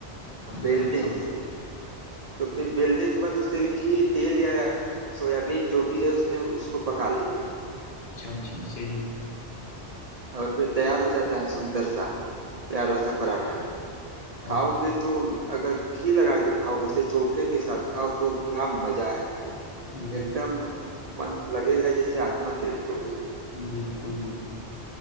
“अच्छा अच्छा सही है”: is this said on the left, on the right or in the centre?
Left